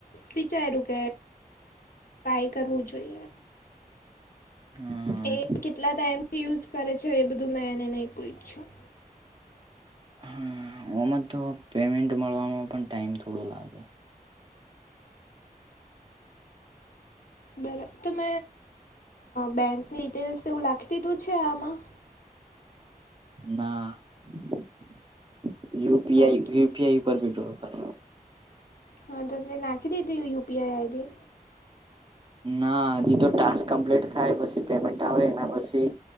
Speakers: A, on the left (about 70°); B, on the right (about 30°).
A: વિચાર્યું કે ટાય કરવું જોઈએ.
B: હમ્મ.
A: એ કેટલા ટાઈમથી યુઝ કરે છે એ બધું મેં એને નહી પૂછ છું.
B: હા આમાં તો પેમેન્ટ મળવામાં પણ ટાઈમ થોડો લાગે. <inaudible>
A: બરાબ તં બેંકની ડિટેલ્સ એવું લખી દીધું છે આમાં
B: નાયુપીઆઈ
A: ઓકે
B: યુપીઆઈ ઉપર ભી ટ્રોલ કર
A: હા તો ત નાખી દીધી યુપીઆઈ આઈડી
B: ના હજી તો ટાક કમ્પ્લીટ થાય પછી પેમેન્ટ આવે એના પછી